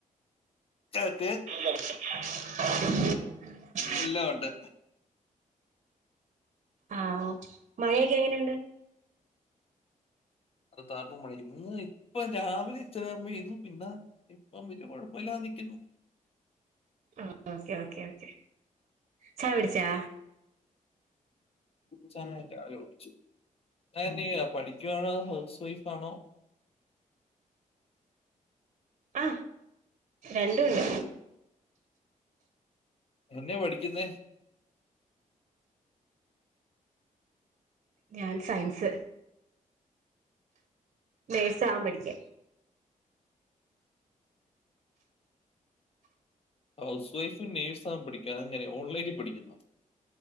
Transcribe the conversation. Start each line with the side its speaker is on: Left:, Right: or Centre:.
Left: കാറ്റ്.
Right: <inaudible>
Left: എല്ലാ ഒണ്ട്
Right: ആഹ് മഴയൊക്കെ എങ്ങനെയുണ്ട്.
Left: അത് താർപ്പ മഴ ഇന്ന് ഇപ്പം രാവിലെ ഇച്ചരം ചെയ്തു പിന്നെ ഇപ്പം വല്യ കൊഴപ്പല്ലാതെ നിക്കുന്നു.
Right: ആഹ് ഓക്കെ ഓക്കേ ഓക്കെ ചായുടിച്ചാ.
Left: ചായ രാവിലെ കുടിച്ചു താനെന്തെയാ പഠിക്കുവാണോ അതൊ ഹൗസ് വൈഫാണോ.
Right: ആ രണ്ടും ഉണ്ട്
Left: എന്നെ പഠിക്കുന്നേ?
Right: ഞാൻ സയൻസ് നേഴ്സ്ആവാൻ പഠിക്ക
Left: ഹൗസ് വൈഫ് നേഴ്സാവാൻ പഠിക്കെ അതങ്ങിനെ ഓൺലൈനിൽ പഠിക്കുന്നോ?